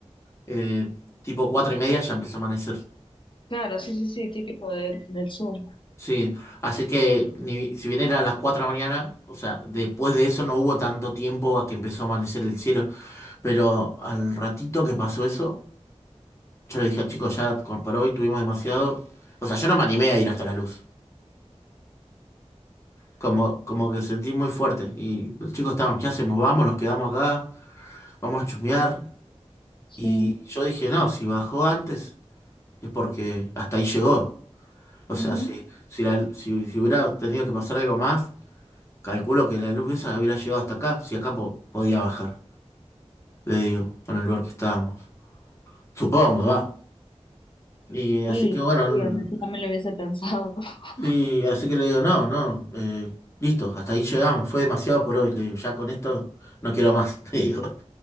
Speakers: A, on the left; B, on the left.
A: Eh, tipo 4 y media ya empezó a amanecer.
B: Claro, sí, sí, sí, típico de- del sur.
A: Sí, así que ni- si bien era las 4 de la mañana, o sea, después de eso no hubo tanto tiempo a que empezó a amanecer el cielo, pero al ratito que pasó eso... Yo le dije a chicos, ya con- por hoy tuvimos demasiado. O sea, yo no me animé a ir hasta la luz. Como, como que sentí muy fuerte. Y los chicos estaban, ¿qué hacemos? Vamos, nos quedamos acá, vamos a chusmear.
B: Sí.
A: Y yo dije, no, si bajó antes es porque hasta ahí llegó. O
B: ujú.
A: sea, si, si, la- si, si hubiera tenido que pasar algo más, calculo que la luz esa hubiera llegado hasta acá, si acá po- podía bajar, le digo, en el lugar que estábamos. Supongo, va. Y así
B: Y
A: que bueno,
B: sí, o sea, yo también lo hubiese pensado. <laughs>
A: Sí, así que le digo, no, no, eh, listo, hasta ahí llegamos, fue demasiado por hoy, le digo, ya con esto no quiero más, <laughs> le digo,